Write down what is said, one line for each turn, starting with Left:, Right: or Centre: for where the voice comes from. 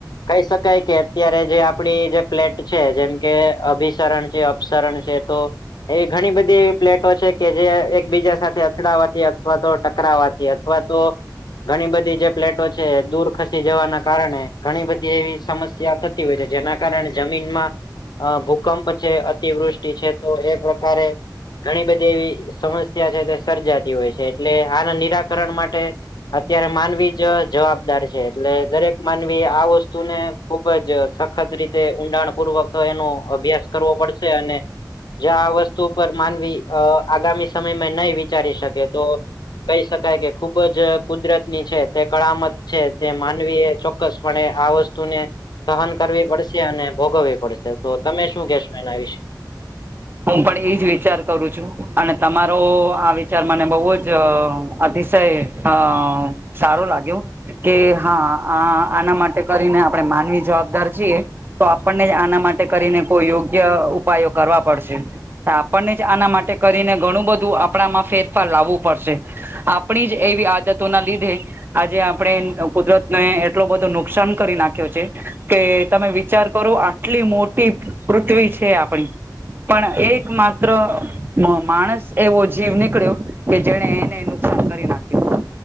Left: કહી શકાય કે, અત્યારે જે આપણી જે પ્લેટ છે, જેમ કે અભિસરણ જે સરણ છે તો એવી ઘણી બધી એવી પ્લેટો છે કે, જે એક-બીજા સાથે અથડાવાથી અથવા તો ટકરાવાથી અથવા તો ઘણી બધી જે પ્લેટો છે દૂર ખસી જવાના કારણે ઘણી બધી એવી સમસ્યા થતી હોય છે, જેના કારણે જમીનમાં અ ભૂકંપ છે, અતિવૃષ્ટિ છે તો એ પ્રકારે ઘણી બધી એવી સમસ્યા છે તે સર્જાતી છે એટલે. આને નિરાકરણ માટે અત્યારે માનવી જ જવાબદાર છે એટલે દરેક માનવી આ વસ્તુને ખુબ જ સખત રીતે ઊંડાણપૂર્વક એનો અભ્યાસ કરવો પડશે અને જ્યાં આ વસ્તુ પર માનવી અ આગામી સમયમાં નહી વિચારી શકે તો કહી શકાય કે ખુબ જ કુદરતની છે તે કળામત છે તે માનવીએ ચોક કસપણે આ વસ્તુને સહન કરવી પડશે અને ભોગવવી પડશે. તો તમે શું કહેશો એના વિશે?
Right: હું પણ એજ વિચાર કરું છું અને તમારો આ વિચાર મને બહુ જ અતિશય અ સારો લાગ્યો. કે હા, આ આના માટે કરીને આપણે માનવી જવાબદાર છીએ. તો આપણને આના માટે કરીને કોઈ યોગ્ય ઉપાયો કરવા પડશે. તો આપણને જ આના માટે કરીને ઘણું બધું આપણામાં ફેરફાર લાવવું પડશે. આપણી જ એવી આદતોના લીધે આજે આપડે કુદરત ને એટલો નુકસાન નાખ્યો છે કે તમે વિચાર કરો આ કેટલી મોટી પૃથ્વી છે આપડી. પણ એક માત્ર મ-માણસ એવો જીવ નીકળ્યો કે જેને એને નુકસાન કરી નાખ્યો.